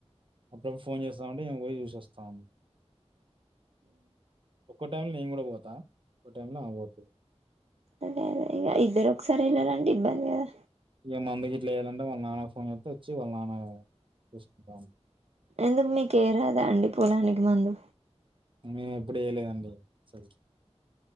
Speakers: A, on the right (about 50°); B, on the right (about 65°).
A: అప్పుడప్పుడు ఫోన్ చేస్తాఉంటే ఇమ పోయి చూస్తోంది ఒక్కో టైమ్ లో నేను కూడా పోతా ఒక్క టైమ్ లో ఆమె పోతాది
B: అదే అదే ఇక ఇద్దరు ఒకసారి వెళ్ళిరండి ఇబ్బంది కదా
A: ఇక మమ్ము ఇట్లా చేయాలంటే వాళ్ళ నాన్న ఫోన్ చెస్తే వచ్చి వాళ్ళ నాన్న చూసుకుంటా ఉంటాడు
B: ఎందుకు మెకేయరాద అండి పొలానికి మందు
A: మేము ఎప్పుడు వయలేదండి అసలు